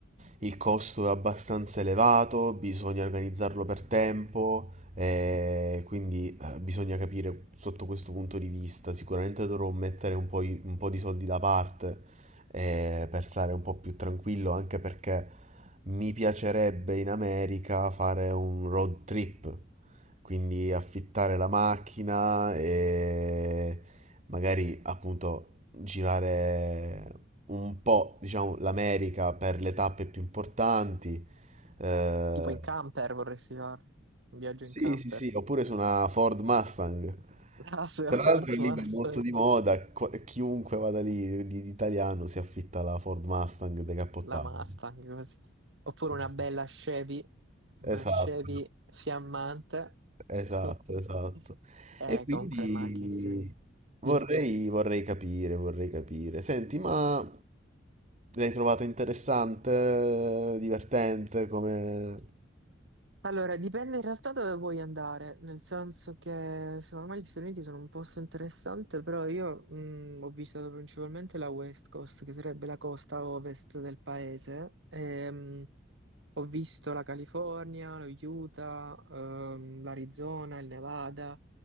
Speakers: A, on the right; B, on the right.
A: il costo è abbastanza elevato, bisogna organizzarlo per tempo, e quindi eh, bisogna capire sotto questo punto di vista. Sicuramente dovrò mettere un po', i- un po' di soldi da parte eh, per stare un po' più tranquillo, anche perché mi piacerebbe in America fare un road trip, quindi affittare la macchina e magari appunto girare un po', diciamo, l'America per le tappe più importanti. Eh,
B: Tipo in camper vorresti farlo? Un viaggio
A: sì,
B: in camper?
A: sì, sì, oppure su una Ford Mustang.
B: <laughs> Ah, se
A: Tra
B: La Ford
A: l'altro lì
B: Mustang,
A: va molto di moda, qua- chiunque vada lì di, di italiano si affitta la Ford Mustang decappottabile.
B: la Mustang così. Oppure
A: Sì,
B: una
A: sì,
B: bella
A: sì.
B: Chevy, una
A: Esatto.
B: Chevy fiammante.
A: Esatto,
B: <laughs>
A: esatto.
B: Eh,
A: E quindi
B: comunque le macchine, Stati Uniti.
A: vorrei,
B: Dimmi.
A: vorrei capire, vorrei capire. Senti, ma l'hai trovata interessante, divertente, come...
B: Allora, dipende in realtà dove vuoi andare, nel senso che secondo me gli Stati Uniti sono un posto interessante, però io mh, ho visitato principalmente la West Coast, che sarebbe la costa ovest del paese. Ehm, ho visto la California, lo Utah, ehm, l'Arizona, il Nevada.